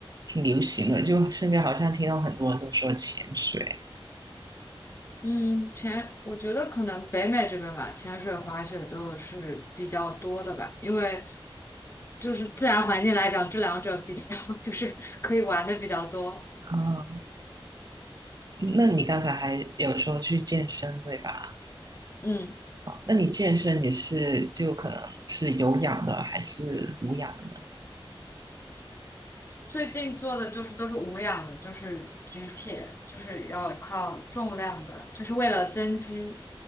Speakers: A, on the right; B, on the left.
A: 挺流行的，就身边好像听到很多人都说潜水。
B: 嗯，潜，我觉得可能北美这边吧，潜水、滑雪都是比较多的吧，因为就是自然环境来讲，这两者比较 <laughs> 就是可以玩的比较多。
A: 啊，那你刚才还有说去健身，对吧？
B: 嗯。
A: 那你健身也是就可能是有氧的还是无氧的呢？
B: 最近做的就是都是无氧的，就是举铁，就是要靠重量的，就是为了增肌。